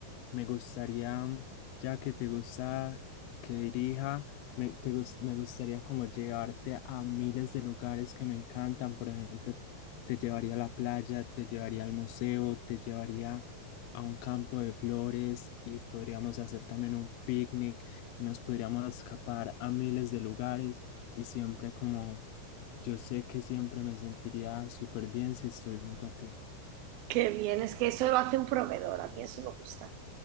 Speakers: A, on the left; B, on the right.
A: Me gustaría, mm, ya que te gusta que dirija, me, te gus- me gustaría como llevarte a miles de lugares que me encantan. Por ejemplo, te llevaría a la playa, te llevaría al museo, te llevaría a un campo de flores y podríamos hacer también un picnic y nos podríamos escapar a miles de lugares y siempre como yo sé que siempre me sentiría súper bien si estoy junto a ti.
B: Qué bien, es que eso lo hace un proveedor, a mí eso me gusta.